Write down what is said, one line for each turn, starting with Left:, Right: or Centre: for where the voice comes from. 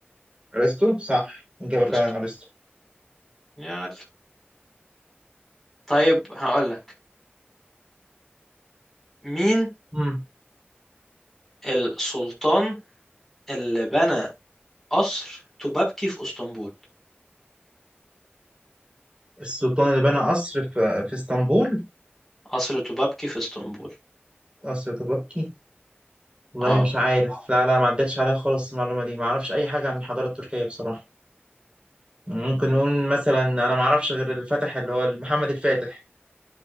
Right: ارسطو صح اجابه
Centre: ارسطو
Right: فعلا ارسطو
Centre: يا عل. طيب هقول لك مين
Right: مم.
Centre: السلطان اللي بنى قصر توبابكي في اسطنبول
Right: السلطان اللي بنى قصر في, في اسطنبول
Centre: قصر توبابكي في اسطنبول
Right: قصر تبكي والله
Centre: اه
Right: مش عارف لا لا ما عدتش عليا خالص المعلومة دي ما اعرفش اي حاجة عن الحضارة التركية بصراحة ممكن نقول مثلا انا ما اعرفش غير اللي فتح اللي هو محمد الفاتح